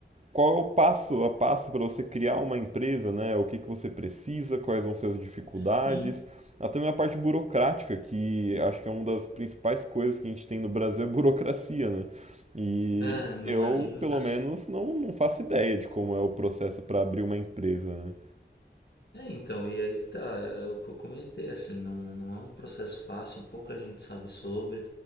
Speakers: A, on the right; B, on the left.
A: qual é o passo a passo para você criar uma empresa, né? O que que você precisa, quais vão ser as dificuldades,
B: Sim.
A: até mesmo a parte burocrática, que acho que é uma das principais coisas que a gente tem no Brasil é burocracia, né? E
B: É, não
A: eu,
B: é, e não-
A: pelo
B: assim-
A: menos, não, não faço ideia de como é o processo para abrir uma empresa, né?
B: é, então, e aí que tá, é o que eu comentei, assim, não, não é um processo fácil, pouca gente sabe sobre,